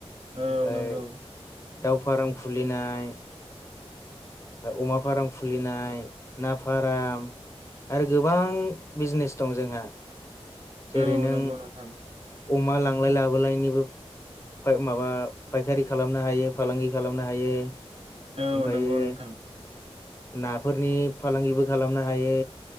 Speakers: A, on the right (about 65°); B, on the left (about 25°).
A: औ
B: ओमफाय
A: नंगौ
B: दाउ फार्म खुलिनाय अमा फार्म खुलिनाय ना फार्म आरो गोबां बिजनेस दं जोंहा जेरै
A: औ
B: नों
A: नंगौ नोंथां
B: अमा लांलाय लाबोलायनिबो फाय माबा फायखारि खालामनो हायो फालांगि खालामनो हायो।
A: औ
B: ओमफायो
A: नंगौ नोंथां
B: नाफोरनि फालांगिबो खालामनो हायो।